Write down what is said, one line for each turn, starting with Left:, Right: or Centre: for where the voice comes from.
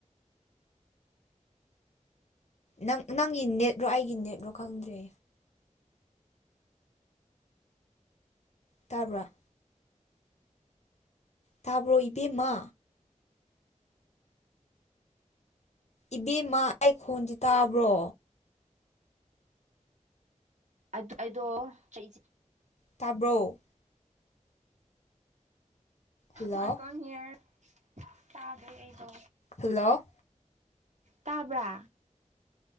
Left: ꯅꯪ ꯅꯪꯒꯤ ꯅꯦꯠꯔꯣ ꯑꯩꯒꯤ ꯅꯦꯠꯔꯣ ꯈꯪꯗ꯭ꯔꯦ ꯇꯥꯕ꯭ꯔꯥ ꯇꯥꯕ꯭ꯔꯣ ꯏꯕꯦꯝꯃ ꯏꯕꯦꯝꯃ ꯑꯩ ꯈꯣꯟꯗꯤ ꯇꯥꯕ꯭ꯔꯣ
Right: ꯑꯗꯣ ꯑꯩꯗꯣꯆꯩ
Left: ꯇꯥꯕ꯭ꯔꯣ ꯍꯜꯂꯣ
Right: ꯃꯥꯏꯀꯣꯟ ꯍꯤꯌꯔ ꯇꯥꯗ꯭ꯔꯦ ꯑꯩꯗꯣ
Left: ꯍꯜꯂꯣ
Right: ꯇꯥꯕ꯭ꯔꯥ